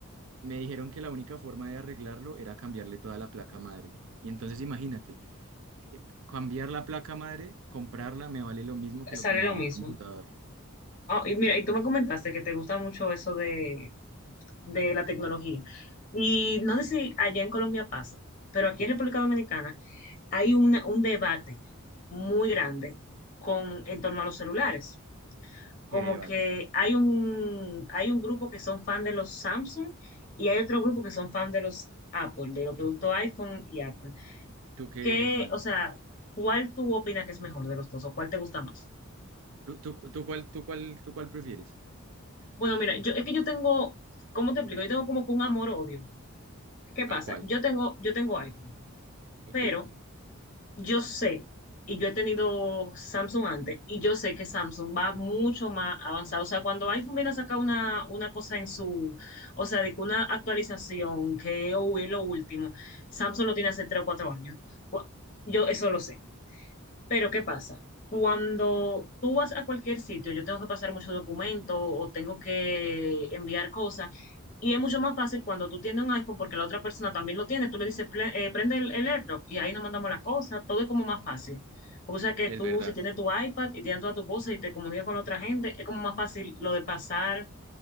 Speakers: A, on the right; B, on the left.
A: Me dijeron que la única forma de arreglarlo era cambiarle toda la placa madre. Y entonces imagínate, eh, cambiar la placa madre, comprarla, me vale lo mismo que
B: Sale
A: lo que me
B: lo
A: valió
B: mismo.
A: el computador.
B: Ah, y mira, y tú me comentaste que te gusta mucho eso de, de la tecnología. Y no sé si allá en Colombia pasa, pero aquí en República Dominicana hay una- un debate muy grande con, en torno a los celulares. Como
A: Qué debate.
B: que hay un, hay un grupo que son fan de los Samsung y hay otro grupo que son fan de los Apple, de los productos iPhone y Apple.
A: ¿Tú qué
B: ¿Qué,
A: eres fan?
B: o sea, cuál tú opinas que es mejor de los dos o cuál te gusta más?
A: ¿Tú, tú, tú cuál, tú cuál, tú cuál prefieres?
B: Bueno, mira, yo, es que yo tengo, ¿cómo te explico? Yo tengo como que un amor-odio. ¿Qué pasa?
A: ¿A cuál?
B: Yo tengo, yo tengo iPhone,
A: Ok,
B: pero yo sé, y yo he tenido Samsung antes, y yo sé que Samsung va mucho más avanzado. O sea, cuando iPhone viene a sacar una, una cosa en su, o sea, de que una actualización, que hoy es lo último, Samsung lo tiene hace tres o cuatro años. Cu- Yo eso lo sé. Pero ¿qué pasa? Cuando tú vas a cualquier sitio, yo tengo que pasar muchos documentos o tengo que enviar cosas. Y es mucho más fácil cuando tú tienes un iPhone porque la otra persona también lo tiene. Tú le dices, "Ple- eh, prende el, el AirDrop y ahí nos mandamos las cosas. Todo es como más fácil. Porque o sea que
A: es
B: tú,
A: verdad.
B: si tienes tu iPad y tienes todas tus cosas y te comunicas con la otra gente, es como más fácil lo de pasar